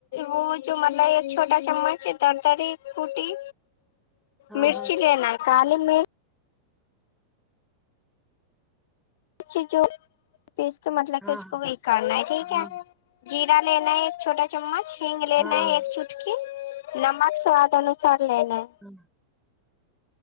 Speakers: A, on the left; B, in the centre.
A: وہ جو مطلب ایک چھوٹا چمچ دردر کٹی
B: ہاں
A: مرچی لینا ہے کالی مرچ جی جو اس کے مطلب
B: ہاں
A: کہ اس کو وہ کرنا ہے ٹھیک
B: ہاں
A: ہے جیرا لینا ہے ایک چھوٹا چمچ ہینگ لینا
B: ہاں
A: ہے ایک چٹ نمک سواد انوسار لین ہے
B: ہاں ہاں